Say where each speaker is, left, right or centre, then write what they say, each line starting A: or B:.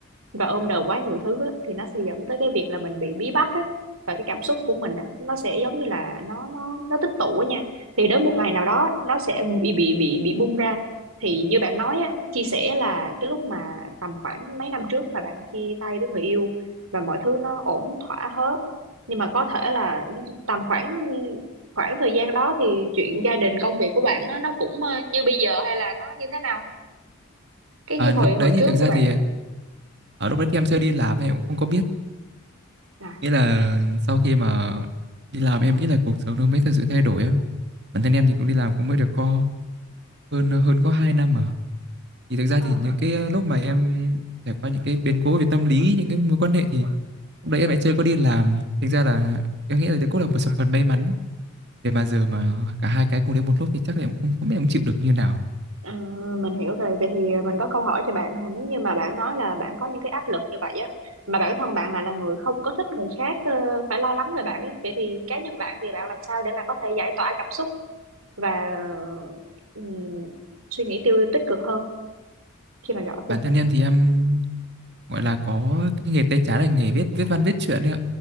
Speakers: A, on the right; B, on the right.
A: và ôm đồm quá nhiều thứ á, thì nó sẽ dẫn tới cái việc là mình bị bí bách á, và cái cảm xúc của mình á, nó sẽ giống như là nó nó nó tích tụ á nha thì đến một ngày nào đó nó sẽ bị bị bị bị bung ra thì như bạn nói á, chia sẻ là cái lúc mà tầm khoảng mấy năm trước mà bạn chia tay với người yêu và mọi thứ nó ổn thỏa hết nhưng mà có thể là tầm khoảng khoảng thời gian đó thì chuyện gia đình công việc của bạn á, nó cũng ờ, như bây giờ hay là nó như thế nào cái
B: à,
A: như hồi
B: lúc
A: hồi
B: đấy thì
A: trước
B: thực ra
A: của bạn
B: thì ở lúc đấy thì em chưa đi làm em cũng không có biết
A: à,
B: nghĩa là sau khi mà đi làm em nghĩ là cuộc sống nó mới thực sự thay đổi á bản thân em thì cũng đi làm cũng mới được có hơn hơn có 2 năm mà thì thực ra
A: ờ,
B: thì những cái ờ, lúc mà em trải qua những cái biến cố về tâm lý những cái mối quan hệ thì lúc đấy em lại chưa có đi làm thành ra là em nghĩ là đấy cũng là một sự phần may mắn để mà giờ mà cả hai cái cùng đến một lúc thì chắc là em cũng không không biết em chịu được như nào
A: Ờ, mình hiểu rồi. Vậy thì ờ, mình có câu hỏi cho bạn là nếu như mà bạn nói là bạn có những cái áp lực như vậy á, mà bản thân bạn lại là người không có thích người khác ờ, phải lo lắng về bạn ấy, vậy thì cá nhân bạn thì bạn làm sao để mà có thể giải tỏa cảm xúc và ừm, suy nghĩ tiêu tích cực hơn khi mà gặp áp lực?
B: Bản thân em thì em gọi là có cái nghề tay trái là nghề viết viết văn viết truyện đấy ạ.